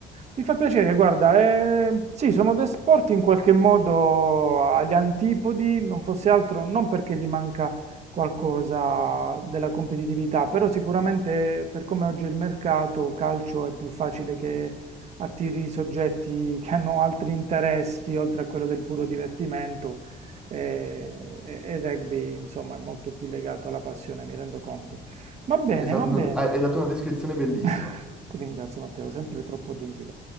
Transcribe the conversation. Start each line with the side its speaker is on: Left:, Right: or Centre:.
Right: Mi fa piacere, guarda, eh, sì, sono due sport in qualche modo agli antipodi, non fosse altro, non perché gli manca qualcosa della competitività, però sicuramente per come oggi è il mercato, calcio è più facile che attiri soggetti che hanno altri interessi oltre a quello del puro divertimento eh, e, e il rugby, insomma, è molto più legato alla passione, mi rendo conto. Va bene,
Centre: Esatto,
Right: va bene.
Centre: non- hai, hai dato una descrizione bellissima.
Right: <laughs> Ti ringrazio Matteo, sempre troppo gentile.